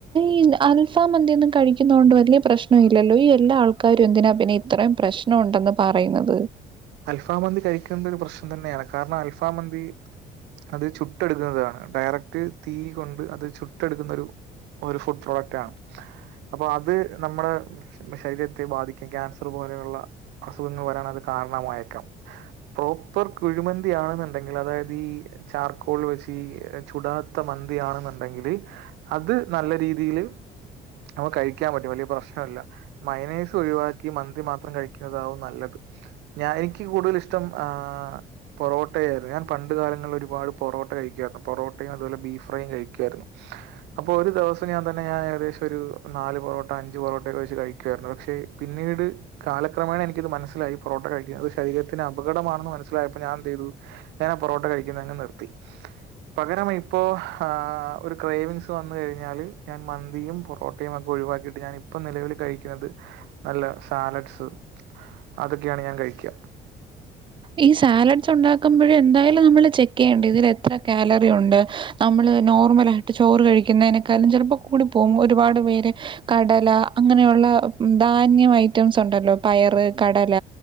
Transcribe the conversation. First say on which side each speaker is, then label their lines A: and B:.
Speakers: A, on the right; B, on the right.
A: ഈ അൽഫാ മന്തിന്നും കഴിക്കുന്നോണ്ട് വലിയ പ്രശ്നം ഇല്ലല്ലോ ഈ എല്ലാ ആൾക്കാരും എന്തിനാ പിന്നെ ഇത്രയും പ്രശ്നംണ്ടന്ന് പറയണത്
B: അൽഫ് ഫാമന്തി കഴിക്കുന്ന രു പ്രശ് തന്നെയാണ് കാരണം അൽഫാ മന്തി അത് ചുട്ടെടുക്കുന്നതാണ് ഡയറക്ട് തീ കൊണ്ട് അത് ചുട്ടെടുക്കുന്ന ഒരു ഒരു ഫുഡ് പ്രോഡക്റ്റ് ആണ് അപ്പൊ അത് നമ്മുടെ ശരീരത്തെ ബാധിക്കും ക്യാൻസർ പോലെയുള്ള അസുഖങ്ങൾ വരാൻ അത് കാരണ മായേക്കാം പ്രോപ്പർ കുഴിമന്തിയാന്നുണ്ടെങ്കില് അതായത് ഈ ചാർക്കോൾല് വെച്ച് ചുടാത്ത മന്തിയാണെന്നുണ്ടെങ്കില് അത് നല്ല രീതിയില് നമ്മ കഴിക്കാൻ പറ്റും വലിയ പ്രശ്നല്ല മയനൈസ് ഒഴിവാക്കി മന്തി മാത്രം കഴിക്കുന്നതാവും നല്ലത് ഞാൻ എനിക്ക് കൂടുതൽ ഇഷ്ടം ആ പൊറോട്ടയായിരുന്നു ഞാൻ പണ്ട് കാലങ്ങളില് ഒരുപാട് പൊറോട്ട കഴിക്കായിരുന്നു പൊറോട്ടയും അതുപോലെ ബീഫ് ഫ്രയും കഴിക്കായിരുന്നു അപ്പൊ ഒരു ദിവസം ഞാൻ തന്നെ ഞാൻ ഏകദേശം ഒരു നാല് പൊറോട്ട അഞ്ച് പൊറോട്ടയൊക്കെ വെച്ച് കഴിക്കായിരുന്നു പക്ഷെ പിന്നീട് കാലക്രമേണ എനിക്കത് മനസ്സിലായി പൊറോട്ട കഴിക്കുന്നത് ശരീരത്തിന് അപകടമാണെന്ന് മനസിലായപ്പോ ഞാൻ ന്ത് യ്തു ഞാൻ പൊറോട്ട കഴിക്കുന്നത് അങ് നിർത്തി പകരം ഇപ്പോ ആ ഒരു ക്രയ്‌വിങ്സ് വന്നു കഴിഞ്ഞാല് ഞാൻ മന്തിയും പൊറോട്ടയും ഒക്കെ ഒഴിവാക്കിട്ട് ഞാൻ ഇപ്പൊ നിലവിൽ കഴിക്കുന്നത് നല്ല സാലഡ്സ് അതൊക്കെയാണ് ഞാൻ കഴിക്ക
A: ഈ സാലഡ്സ് ഉണ്ടാക്കുമ്പഴ് എന്തായാലും നമ്മള് ചെക്ക് യ്യേണ്ടിവരും ഇതിൽ എത്ര കാലറി ഉണ്ട് നമ്മള് നോർമലായിട്ട് ചോറ് കഴിക്കുന്നനെക്കാളും ചിലപ്പോ കൂടി പോകും ഒരുപാട് പേര് കടല അങ്ങനെയുള്ള ഉം ധാന്യം ഐറ്റംസ് ഉണ്ടല്ലോ പയറ് കടല